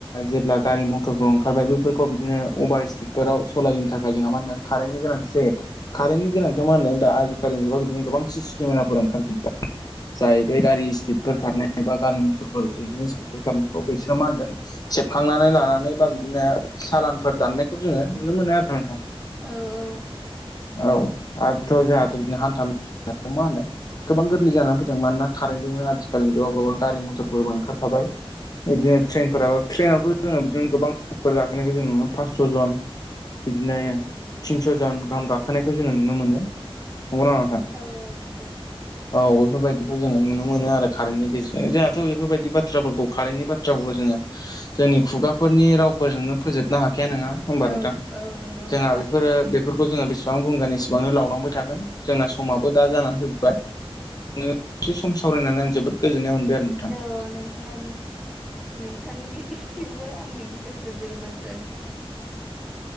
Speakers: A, on the left; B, in the centre.
A: जेब्ला गारि मथरबो ओंखारबाय बेफोरखौ बिदिनो अभार स्पिडफोराव सालायनो थाखाय जोंहा मा होनदों खारेननि गोनांथि जायो। कारेन्टनि गोनांथियाव मा होनदों द आजिखालि जुगाव बिदिनो गोबां सिसि केमेराफोर ओंखारजोबदों। जाय बे गारि स्पिडफोर खारनाय बा गारि मथरफोर बिदिनो स्पिडफोर खारनायखौ बिसोरो मा होनदों सेबखांनानै लानानै बा बिदिनो सालानफोर दाननायखौ जोङो नुनो मोनो आरो नोंथां।
B: औ औ।
A: औ आरोथ' जोंहाथ' बिदिनो हान्था मेला मा होनो गोबां गोरलै जानानै फैदों मानोना कारेन्टजोंनो आथिखालनि जाव गोबां गारि मथरफोरबो ओंखारखाबाय। बिदिनो ट्रेननफोराबो ट्रेननावथ' जोङो बिदिनो गोबां फोर गाखोनायखौ जोङो नुयो फासस' जन बिदिनो थिनस' जन गाहाम गाख खानायखौ जोङो नुनो मोनो नंगौ ना नोंथां।
B: औ नंगौ
A: औफोर बदि जोङो नुनो मोनो आरो कारेन्टनि गेजेरजों जोंहाथ' बेफोरबायदि बाथ्राफोरखौ कारेन्टनि बाथ्राफोरखौ जोङो जोंनि खुगाफोरनि रावफोरजोंनो फोजोबनो हाखाया नङा होमबा नोंथां
B: औ औ नंगौ
A: जोंहा
B: नोंथां
A: बेफोरो बेफोरखौ जोङो बेसेबां बुंगोन इसेबांनो लावलांबाय थागोन जोंना समाबो दा जानानै फैबाय। <unintelligible> एसे सम सावरायनानै आं जोबोद गोजोननाय मोनबाय आरो नोंथां
B: औ नोंथां। नोंथांनिसिमबो आंनि गोसो गोरबोजों